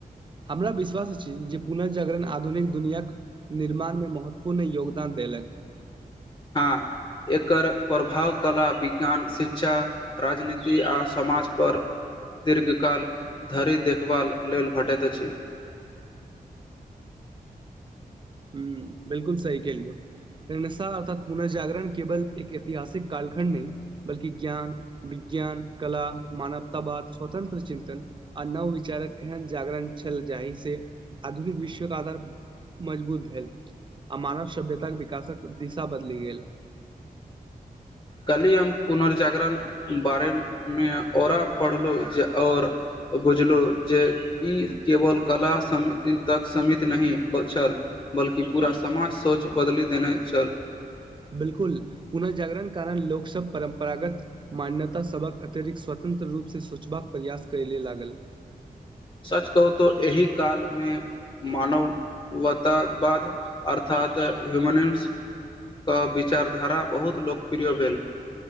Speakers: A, on the right; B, on the left.
A: हमरा विश्वास अछि जे पुनर्जागरण आधुनिक दुनियाक निर्माणमे महत्वपूर्ण योगदान देलक
B: हँ एकर प्रभाव कला विज्ञान शिक्षा राजनीति आ सम समाजपर दीर्घकाल धरि देखभाल लेल भेटैत अछि <inaudible>
A: हँ बिलकुल सही कहलिय यौ अर्थ पुनर्जागरण केवल एक ऐतिहासिक कालखण्ड नहि बल्ि ज्ञान वि ज्ञान कला मानवता बाद स्वतंत्र चिन्तन आ नववचारक एहन जागरण छल जे चहि से आधुनिक विश्वके आधार मजबूत भेल आ मानव सभ्यताक विकासक दिशा बदलि गेल
B: कल्हि हम पुनर्जागरण बारेमे औरा पढ़लहुँ जे आओर बुझलहुँ जे ई केवल कला तक सीमित नहि छल बल्कि पूरा समाज सोच बदलि देने छल
A: बिलकुल पुनर्जागरण कारण लोकसभ परम्परागत मान्यता सभक अतिरिक्त स्वत स्वतंत्र रूप से सोचबाक प्रयास कयले लागल
B: <inaudible> सच कहू त एहि कालमे मानववतावाद अर्थात त ह्युमनिम्सके विचारधारा बहुत लोकप्रिय भेल